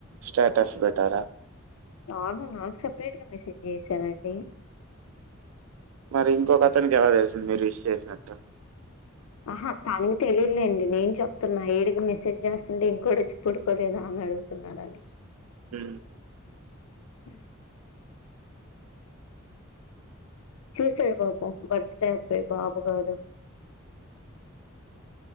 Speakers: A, on the right; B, on the left.
A: స్టేటస్ పెట్టారా
B: నను నాకు సపరేట్ గా మెసేజ్ చేసారండి
A: మరి ఇంకొక అతనికి ఎలా తెలుసింది మీరు విష్ చేసినట్టు
B: ఆహా తానతే తెలియలేండి నేను చెప్పుతూన్న ఇడికి మెసేజ్ చేస్తుంటే ఇంకోడు వచ్చి పుడుకోలేదా అనీ ఆడుగుతున. కరాడి
A: ఉ
B: మా. చేసాడు బాబు బర్త్ డే అబాయి బాబు కాదు